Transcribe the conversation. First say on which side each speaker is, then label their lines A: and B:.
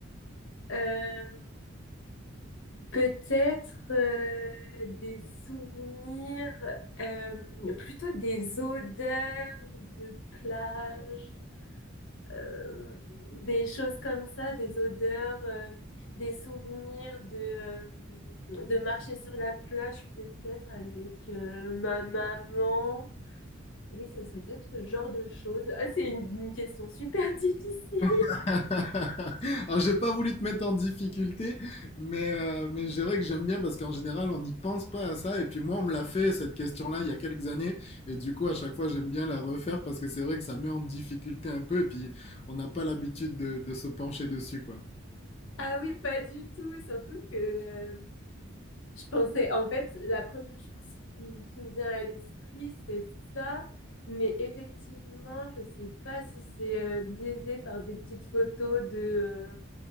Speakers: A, on the left; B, on the left.
A: Euh, peut-être euh, des souvenirs, euh, plutôt des odeurs de plage. euh, des choses comme ça, des odeurs, euh, des souvenirs de, euh, de marcher sur la plage peut-être avec euh, ma maman. Oui, ce serait peut-être ce genre de choses. Ah, c'est une, une question super <laughs> difficile.
B: <laughs> Alors, j'ai pas voulu te mettre en difficulté, mais, euh, mais c'est vrai que j'aime bien parce qu'en général, on n'y pense pas à ça. Et puis moi, on me l'a fait, cette question-là, il y a quelques années. Et du coup, à chaque fois, j'aime bien la refaire parce que c'est vrai que ça met en difficulté un peu. Et puis, on n'a pas l'habitude de, de se pencher dessus, quoi.
A: Ah oui, pas du tout. Surtout que euh, je pensais, en fait, la première chose qui, qui me vient à l'esprit, c'est ça. Mais effectivement, je sais pas si c'est euh, biaisé par des petites photos de, euh,